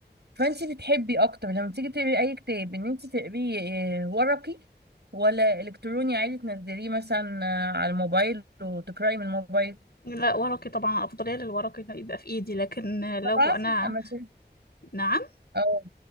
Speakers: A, on the right; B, on the left.
A: فانت بتحبي اكتر لما تيجي تقري اي كتاب ان انت تقريه آه، ورقي ولا الكتروني عادي تنزليه مثلا آه، على الموبايل وتقراي من الموبايل
B: لا ورقي طبعا أفضلية للورقي إنه يبقى في إيدي لكن آه، لو
A: طبعا
B: أنا
A: انا شايفه
B: نعم
A: اه